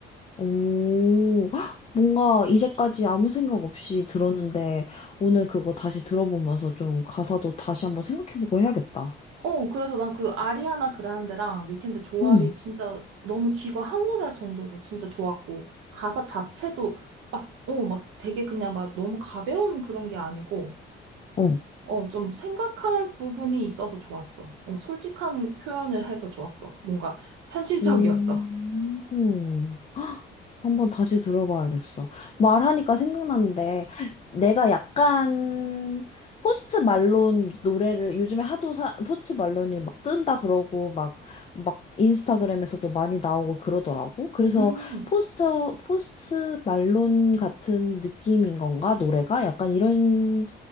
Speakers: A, on the left; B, on the right.
A: 오, 헉, 뭔가 이제까지 아무 생각 없이 들었는데 오늘 그거 다시 들어보면서 좀 가사도 다시 한번 생각해보고 해야겠다.
B: 어, 그래서 난 그 아리아나 그란데랑 위켄드 조합이
A: 응,
B: 진짜 너무 귀가 항홀할 정도로 진짜 좋았고, 가사 자체도 막, 어, 막 되게 그냥 막 너무 가벼운 그런 게 아니고,
A: 어.
B: 어, 좀 생각할 부분이 있어서 좋았어. 어, 솔직한 표현을 해서 좋았어. 뭔가 현실적이었어.
A: 오. 한번 다시 들어봐야겠어. 말하니까 생각났는데, 내가 약간, 포스트 말론 노래를 요즘에 하도 사, 포스트 말론이 막 뜬다 그러고, 막, 막 인스타그램에서도 많이 나오고 그러더라고. 그래서
B: 음,
A: 포스트, 포스트 말론 같은 느낌인 건가? 노래가? 약간 이런